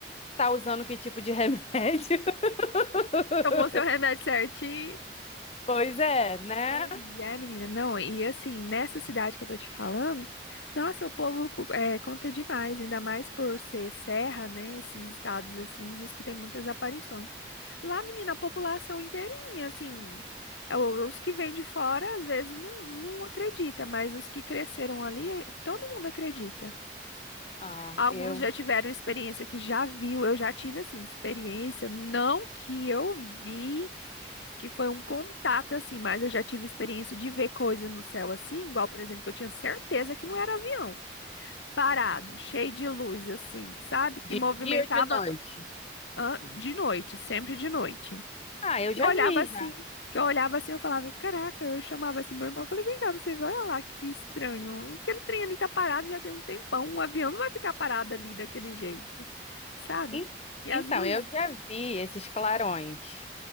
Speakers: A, on the left (about 35°); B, on the left (about 85°).
A: Tá usando que tipo de remédio? <laughs>
B: Tomou seu remédio certinho.
A: Pois é, né?
B: Pois é, menina. Não, e assim, nessa cidade que eu tô te falando, nossa, o povo é, conta demais, ainda mais por ser serra, né? Esses estados assim, diz que tem muitas aparições. Lá, menina, a população inteirinha, assim, é, o- os que vêm de fora às vezes não, não acredita, mas os que cresceram ali, eh, todo mundo acredita.
A: Ah,
B: Alguns
A: eu.
B: já tiveram experiência que já viu, eu já tive assim, experiência, não que eu vi, que foi um contato assim, mas eu já tive experiência de ver coisa no céu assim, igual, por exemplo, que eu tinha certeza que não era avião, parado, cheio de luz assim, sabe? Que
A: De
B: movimentava
A: dia ou de noite?
B: ah, de noite, sempre de noite.
A: Ah, eu
B: Eu
A: já
B: olhava
A: vi.
B: assim, que eu olhava assim, eu falava, caraca, eu chamava assim meu irmão, eu falei, vem cá, pra você ver, olha lá que estranho. E aquele trem ali tá parado já tem um tempão, um avião não vai ficar parado ali daquele jeito, sabe?
A: En-
B: E
A: Então,
B: as luzes.
A: eu já vi esses clarões,